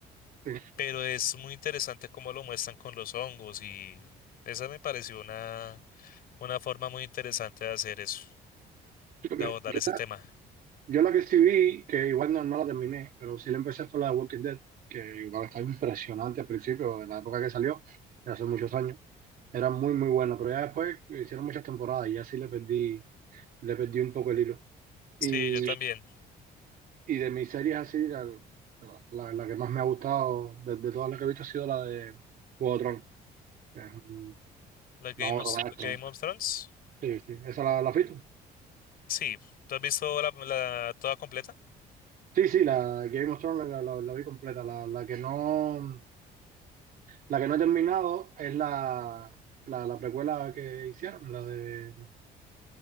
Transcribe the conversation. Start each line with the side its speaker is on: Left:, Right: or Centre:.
Right: Sí,
Left: pero es muy interesante cómo lo muestran con los hongos y esa me pareció una, una forma muy interesante de hacer eso,
Right: sí, porque
Left: de abordar
Right: Yo
Left: ese
Right: la
Left: tema.
Right: yo la que sí vi, que igual no, no la terminé, pero sí la empecé fue la de Walking Dead, que igual estaba impresionante al principio, en la época que salió, de hace muchos años. Era muy, muy buena, pero ya después hicieron muchas temporadas y ya sí le perdí, le perdí un poco el hilo.
Left: Sí,
Right: Y
Left: yo también.
Right: Y de mis series así, la, la- la que más me ha gustado de, de todas las que he visto ha sido la de Juego de Tronos. que Es un-
Left: La Game
Right: una obra
Left: of,
Right: maestra.
Left: Game of Thrones.
Right: Sí, sí. ¿Esa la, la has visto?
Left: Sí, ¿tú has visto la, la toda completa?
Right: Sí, sí, la Game of Thrones la, la- la vi completa. La, la que no, la que no he terminado es la, la, la precuela que hicieron, la de